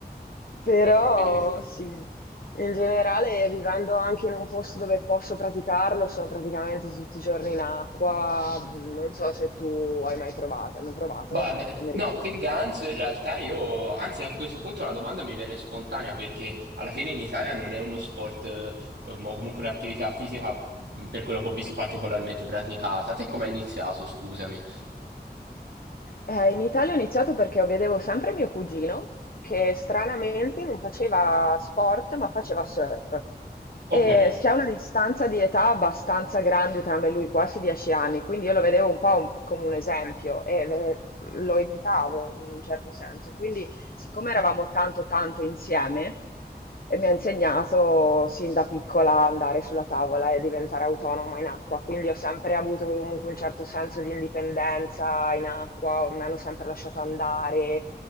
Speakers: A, on the left (about 60°); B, on the right (about 85°).
A: Però
B: ho capito.
A: sì. In generale, vivendo anche in un posto dove posso praticarlo, sono praticamente tutti i giorni in acqua. Non so se tu hai mai provato. Hai mai provato?
B: Ma eh,
A: Non mi
B: no,
A: ricordo.
B: che ganzo in realtà io, anzi a questo punto la domanda mi viene spontanea perché alla fine in Italia non è uno sport eh, o comunque un'attività fisica per quello che ho visto particolarmente praticata. Te come hai iniziato, scusami?
A: Eh, in Italia ho iniziato perché vedevo sempre mio cugino, che stranamente non faceva sport, ma faceva surf.
B: Ok.
A: E c'è una distanza di età abbastanza grande tra me e lui, quasi 10 anni, quindi io lo vedevo un po' un- come un esempio e eh, lo imitavo in un certo senso. Quindi Siccome eravamo tanto tanto insieme, eh, mi ha insegnato sin da piccola a andare sulla tavola e diventare autonoma in acqua, quindi ho sempre avuto comunque un certo senso di indipendenza in acqua, mi hanno sempre lasciato andare,